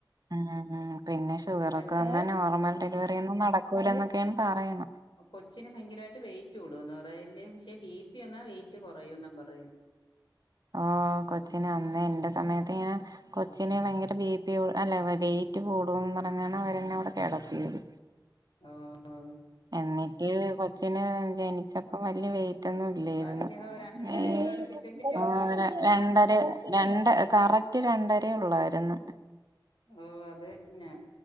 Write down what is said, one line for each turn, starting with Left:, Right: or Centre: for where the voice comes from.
Right: ഉം പിന്നെ ഷുഗർ
Left: ഇപ്പ
Right: ഒകെ
Left: എന്തെല്ലാം
Right: വന്ന് നോർമൽ ഡെലിവറി നെയമം നടക്കൂലന്നൊക്കെയാണ് പറയുന്നേ.
Left: കൊച്ചിന് ഭയങ്കരമായിട്ട് വെയിറ്റ് കൂടന്ന് പറയും അല്ലിയോ പക്ഷെ ബി പ്പിയെന്നാ വെയിറ്റ് കൊറയുന്നും പറയുന്നു.
Right: ആഹ് കൊച്ചിനെ അന്നേ എന്റെ സമയത്ത് ഞാൻ കൊച്ചിന് ഭയങ്കര ബി പി കൂ അല്ല വെയിറ്റ് കൂടൂന്ന് പറഞ്ഞാണ് അവര എന്നെ അവിടെ കിടത്തിയത്.
Left: ഓ ഓ
Right: എന്നിട്ട് കൊച്ചിന് ജനിച്ചപ്പോ വല്യ വെയി റ്റൊന്നും ഇല്ലായിരുന്നു.
Left: വല്യ രണ്ടര
Right: ഏയ്
Left: കിലോ അടുപ്പിച്ചല്ലേ ഉള്ളായിരുന്നു
Right: ആഹ് രണ്ടര രണ്ട് കറക് റ്റ് രണ്ടരേ ഉള്ളാരുന്നു.
Left: ഓ അതന്നെ